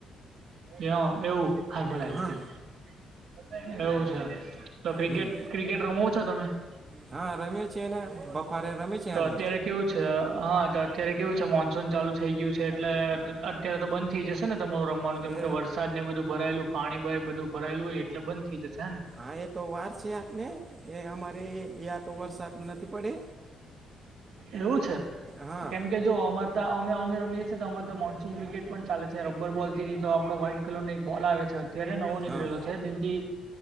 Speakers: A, on the right; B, on the right.
A: એવો, એવું લાગ્યું
B: હા
A: છે. એવું છે તો ક્રિકેટ
B: હમ
A: ક્રિકેટ રમો છો તમે હા
B: હા રમે છે ને બફારે રમે છે
A: તો
B: અમે
A: અત્યારે કેવું છે, હા તો અત્યારે કેવું છે, મોન્સૂન ચાલુ થઈ ગયું છે એટલે ત્યારે તો બંધ થઈ જશે, ને તમારું રમવાનું કેમ
B: એ
A: કે વરસાદ ને બધું ભરાયેલું પાણી બ એ બધું ભરાયેલું હોય એટલે બંધ થઈ જશે હ ને
B: હા, એ તો વાર છે આપને એ અમારે યાં તો વરસાદ નથી પડે
A: એવું છે.
B: હા
A: કેમકે જો અમરતા અમે અમે રમીએ. તો તમામારે તો મોન્સૂન વ્રિકેટ પણ ચાલે છે રબર બોલ થી નહી તો વ્હાઈટ કલર નો એક બોલ આવે છે. અત્યારે નવો નીકળેલો
B: હા
A: છે. તેથી